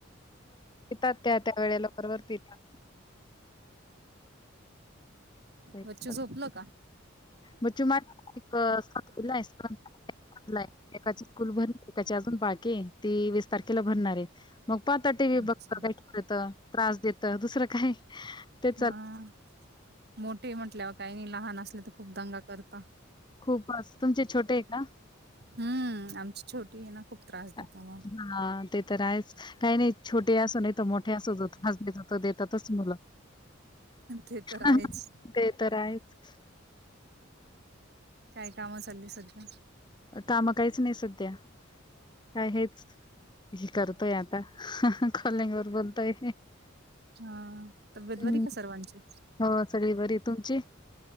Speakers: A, on the left; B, on the right.
A: पीतात त्या त्या वेळेला बरोबर पीता. तेच
B: बच्चू
A: तर
B: झोपलं का
A: बच्चू मझा एक सातवीलाय, सात एकाची स्कूल भरली एकाची अजून बाकीेये, ती वीस तारखेला भरणारे. मग पात टी व्ही
B: अच्छा
A: बघत काही खेळत, त्रास देतं दुसरं काय? ते चाल
B: हा, मोठे म्हटल्यावर काही नाही लहान असले तर खूप दंगा करता
A: खूपच तुमचे छोटय का?
B: हम्म, आमची छोटीय ना खूप त्रास देते
A: हां,
B: मग
A: ते तर आहेच. काही नाही, छोटे असो, नाहीतर मोठे असो, जो त्रास द्यायचा तो देतातच मुलं.
B: ते तर
A: ह,
B: आहेच
A: ते तर आहेच.
B: काय काम चालली सध्या
A: काम काहीच नाही सध्या काय हेच करतोय आता कॉलिंग वर बोलतोय
B: हा तब्येत
A: हं,
B: बरी का सर्वांची
A: हो सगळी बरी. तुमची